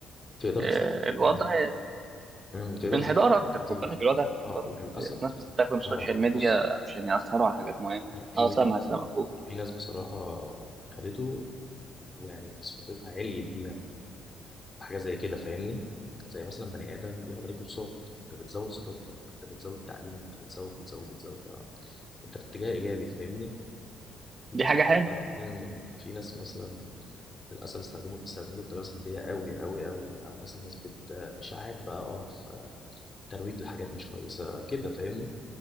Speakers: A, on the left; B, on the right.
A: تقدر
B: آه،
A: تست...
B: الوضع
A: مم. مم. تقدر
B: في انحدار
A: تست...
B: اكتر
A: كتير
B: خد بالك الوضع في انحدار
A: اه وللأسف
B: اكتر الناس بتستخدم السوشيال
A: اه
B: ميديا
A: بص
B: عشان ياثروا
A: آه،
B: على حاجات معينه
A: يعني في
B: اه
A: ن-
B: سامعك سامعك قول.
A: في ناس بصراحة خدته ويعني ثقافتها عليت بيها حاجه زي كده فاهمني زي مثلا بني ادم بياخد عليه كورسات انت بتزود ثقافتك انت بتزود تعليمك انت بتزود بتزود بتزود ف- انت في اتجاه ايجابي فاهمني في
B: دي
A: ناس
B: حاجه حلوه
A: امم في ناس مثلا للاسف استخدموا استخدموا بطريقه سلبيه قوي قوي قوي او مثلا ناس بت اشاعات بقى قرف ترويج لحاجات مش كويسه كده فاهمني